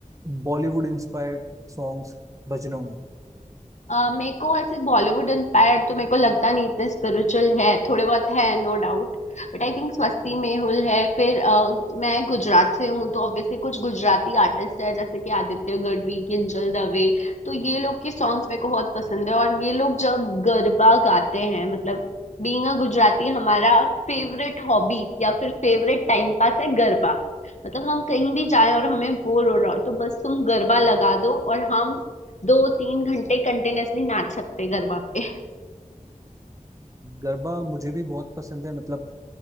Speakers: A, on the right; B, on the left.
A: बॉलीवुड इंस्पायर्ड सॉन्ग्स भजनों में
B: अ, मेरे को ऐसे बॉलीवुड इंस्पायर्ड तो मेरे को लगता नहीं इतने स्पिरिचुअल है थोड़े बहुत है no doubt But I think Swasti Mehul है फिर अ, मैं गुजरात से हूँ तो ऑब्वियसली कुछ गुजराती आर्टिस्ट है जैसे कि आदित्य गढ़वी किंजल दवे तो ये लोग के सॉन्ग्स मेरे को बहुत पसंद है और ये लोग जब गरबा गाते हैं मतलब बीइंग अ गुजराती हमारा फेवरेट हॉबी या फिर फेवरेट टाइम पास है गरबा मतलब हम कहीं भी जाएं और हमें बोर हो रहा हो तो बस तुम गरबा लगा दो और हम दो तीन घंटे कंटिन्यूअसली नाच सकते गरबा पे
A: गरबा मुझे भी बहुत पसंद है मतलब